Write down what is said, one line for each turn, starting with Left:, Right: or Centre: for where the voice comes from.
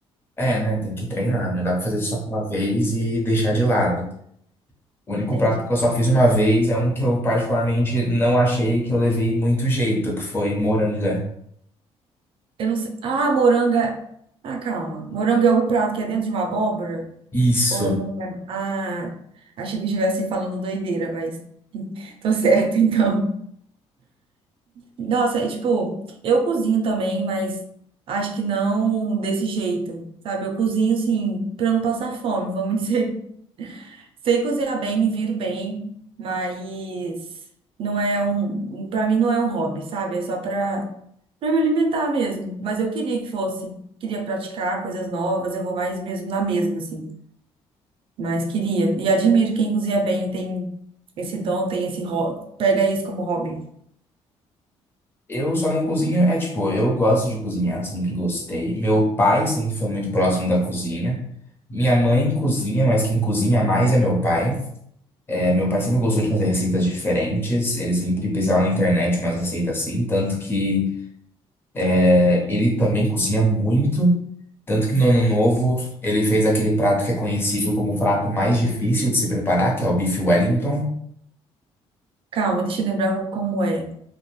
Left: É, né? Tem que treinar. Não dá pra fazer só uma vez e deixar de lado. O único
Right: Entendi.
Left: prato que eu só fiz uma vez é um que eu particularmente não achei que eu levei muito jeito, que foi moranga.
Right: Eu não sei. Ah, moranga. Ah, calma. Moranga é algum prato que é dentro de uma abóbora?
Left: Isso.
Right: Ou eu tô enganada? Ah, achei que eu estivesse falando doideira, mas tô <laughs> certo, então. Nossa, e, tipo, eu cozinho também, mas acho que não desse jeito, sabe? Eu cozinho, assim, pra não passar fome, vamos <laughs> dizer. Sei cozinhar bem, me viro bem, mas não é um, para mim não é um hobby, sabe? É só para para me alimentar mesmo. Mas eu queria que fosse, queria praticar coisas novas, eu vou mais mesmo na mesma assim, mas queria. E admiro quem cozinha bem, tem esse dom, tem esse hobby, pega isso como hobby.
Left: Eu só não cozinho, é tipo, eu gosto de cozinhar, sempre gostei. Meu pai sempre foi muito próximo da cozinha. Minha mãe cozinha, mas quem cozinha mais é meu pai. É, meu pai sempre gostou de fazer receitas diferentes, ele sempre pesquisava
Right: Uhum.
Left: na internet umas receitas assim, tanto que é, ele também cozinha muito. Tanto que no ano novo ele fez aquele prato que é conhecido como o prato mais difícil de se preparar, que é o bife Wellington.
Right: Calma, deixa eu lembrar como é.